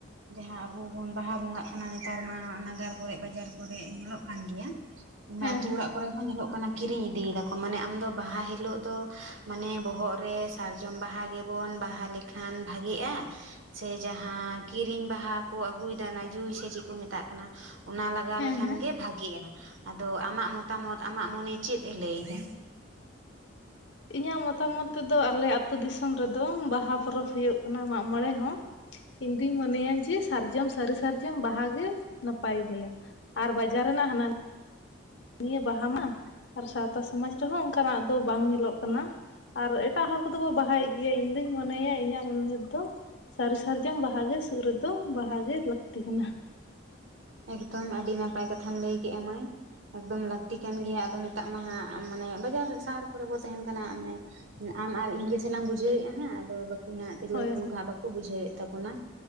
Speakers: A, on the right (about 70°); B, on the left (about 60°).
A: ᱡᱟᱦᱟᱸ ᱟᱵᱚ ᱵᱚᱱ ᱵᱟᱦᱟ ᱵᱚᱸᱜᱟᱜ ᱠᱟᱱᱟ ᱱᱮᱛᱟᱨ ᱢᱟ ᱱᱟᱜᱟᱨ ᱠᱚᱨᱮᱜ ᱵᱟᱡᱟᱨ ᱠᱚᱨᱮᱜ ᱧᱮᱞᱚᱜ ᱠᱟᱱ ᱜᱮᱭᱟ <unintelligible>
B: ᱦᱮᱸ
A: ᱟᱛᱩ
B: ᱦᱮᱸ
A: ᱚᱲᱟᱜ ᱠᱚᱨᱮ ᱦᱚᱸ ᱧᱮᱞᱚᱜ ᱠᱟᱱᱟ ᱠᱤᱨᱤᱧ ᱤᱫᱤ ᱮᱫᱟ ᱠᱚ, ᱢᱟᱱᱮ ᱟᱢᱫᱚ ᱵᱟᱦᱟ ᱦᱤᱞᱳᱜ ᱫᱚ ᱢᱟᱱᱮ ᱵᱚᱦᱚᱜ ᱨᱮ ᱥᱟᱨᱡᱚᱢ ᱵᱟᱦᱟ ᱜᱮᱵᱚᱱ ᱵᱟᱦᱟ ᱞᱮᱠᱷᱟᱱ ᱵᱷᱟᱜᱮᱜᱼᱟ᱾ ᱥᱮ ᱡᱟᱦᱟᱸ ᱠᱤᱨᱤᱧ ᱵᱟᱦᱟ ᱠᱚ ᱟᱹᱜᱩᱭᱮᱫᱟ ᱚᱱᱟ ᱡᱩᱸᱭ ᱥᱮ ᱪᱮᱫ ᱠᱚ ᱢᱮᱛᱟᱜ ᱠᱟᱱᱟ? ᱚᱱᱟ ᱞᱟᱜᱟᱣ
B: ᱦᱮᱸ
A: ᱞᱮᱠᱷᱟᱱ
B: ᱦᱮᱸ
A: ᱜᱮ ᱵᱷᱟᱜ ᱜᱮᱭᱟ ᱟᱫᱚ ᱟᱢᱟᱜ ᱢᱚᱛᱟ ᱢᱚᱛ ᱟᱢᱟᱜ ᱢᱚᱱᱮ ᱪᱮᱫ ᱮ ᱞᱟᱹᱭ ᱮᱫᱟ?
B: ᱤᱧᱟᱹᱜ ᱢᱚᱛᱟ ᱢᱚᱛ ᱛᱮᱫᱚ ᱟᱞᱮ ᱟᱛᱳ ᱫᱤᱥᱚᱢ ᱨᱮᱫᱚ, ᱵᱟᱦᱟ ᱯᱚᱨᱚᱵᱽ ᱦᱩᱭᱩᱜ ᱠᱟᱱᱟ, ᱢᱟᱜ ᱢᱚᱬᱮ ᱦᱚᱸ᱾ ᱤᱧ ᱫᱩᱧ ᱢᱚᱱᱮᱭᱟ ᱡᱮ ᱥᱟᱨᱡᱚᱢ ᱥᱟᱹᱨᱤ ᱥᱟᱨᱡᱚᱢ ᱵᱟᱦᱟ ᱜᱮ ᱱᱟᱯᱟᱭ ᱜᱮᱭᱟ᱾ ᱟᱨ ᱵᱟᱡᱟᱨ ᱨᱮᱱᱟᱜ ᱦᱟᱱᱟ ᱱᱤᱭᱟᱹ ᱵᱟᱦᱟ ᱢᱟ ᱟᱨ ᱥᱟᱶᱛᱟ ᱥᱚᱢᱟᱡᱽ ᱨᱮᱦᱚᱸ ᱚᱱᱠᱟᱱᱟᱜ ᱫᱚ ᱵᱟᱝ ᱧᱮᱞᱚᱜ ᱠᱟᱱᱟ᱾ ᱟᱨ ᱮᱴᱟᱜ ᱦᱚᱲ ᱠᱚᱫᱚ ᱠᱚ ᱵᱟᱦᱟᱭᱮᱫ ᱜᱮᱭᱟ ᱤᱧ ᱫᱩᱧ ᱢᱚᱱᱮᱭᱟ ᱤᱧᱟᱹᱜ ᱢᱚᱱᱮ ᱨᱮᱫᱚ ᱥᱟᱹᱨᱤ ᱥᱟᱨᱡᱚᱢ ᱵᱟᱦᱟ ᱜᱮ ᱥᱩᱫ ᱨᱮᱫᱚ ᱵᱟᱦᱟ ᱜᱮ ᱞᱟᱹᱠᱛᱤ ᱠᱟᱱᱟ᱾
A: ᱮᱠᱫᱚᱢ ᱟᱹᱰᱤ ᱱᱟᱯᱟᱭ ᱠᱟᱛᱷᱟᱢ ᱞᱟᱹᱭ ᱠᱮᱫ-ᱟ ᱢᱟᱹᱭ᱾ ᱮᱠᱫᱚᱢ ᱞᱟᱹᱠᱛᱤ ᱠᱟᱱ ᱜᱮᱭᱟ ᱟᱫᱚ ᱱᱮᱛᱟᱜ ᱢᱟ ᱦᱟᱸᱜ ᱢᱟᱱᱮ ᱵᱟᱡᱟᱨ ᱥᱟᱦᱟᱨ ᱠᱚᱨᱮ ᱵᱚ ᱛᱟᱦᱮᱱ ᱠᱟᱱᱟ᱾ ᱚᱱᱮ ᱦᱩᱸ ᱟᱢ ᱟᱨ ᱤᱧ ᱜᱮᱥᱮᱞᱟᱝ ᱵᱩᱡᱷᱟᱹᱣᱮᱫᱼᱟ ᱦᱟᱸᱜ᱾ ᱟᱫᱚ ᱠᱤ ᱦᱟᱸᱜ ᱛᱤᱨᱞᱟᱹ
B: ᱦᱳᱭ
A: ᱦᱚᱯᱚᱱ ᱠᱚ ᱦᱟᱸᱜ ᱵᱟᱠᱚ ᱵᱩᱡᱷᱟᱹᱣᱮᱫ ᱛᱟᱵᱚᱱᱟ᱾